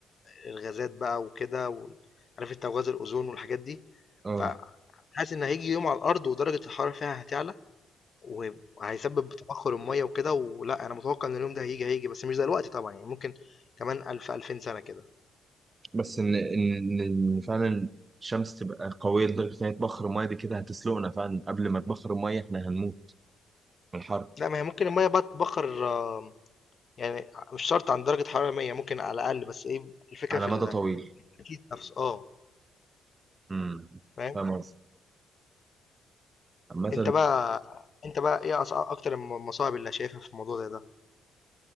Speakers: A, on the left; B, on the right.
A: الغازات بقى وكده وال عارف أنت وغاز الأوزون والحاجات دي،
B: اه
A: فحاسس إن هييجي يوم على الأرض ودرجة الحرارة فيها هتعلى، وهيب وهيسبب تبخر المَيّة وكده، ولأ أنا متوقع إن اليوم ده هييجي، هييجي بس مش دلوقتي طبعًا يعني ممكن كمان 1000، 2000 سنة كده.
B: بس ان ان إن فعلا الشمس تبقى قويه لدرجه ان هي تبخر الميه دي كده هتسلقنا فعلا قبل ما تبخر الميه احنا هنموت من الحر
A: لأ ما هي ممكن المَيّة بقى تتبخر آه، يعني مش شرط عند درجة حرارة 100 ممكن على الأقل بس إيه الفكرة
B: على
A: في
B: مدى طويل
A: التكييف نفسه، آه
B: امم
A: فاهم؟
B: فاهم قصدي عامة
A: أنت بقى أنت بقى إيه أص أكتر الم المصاعب اللي شايفها في الموضوع زي ده؟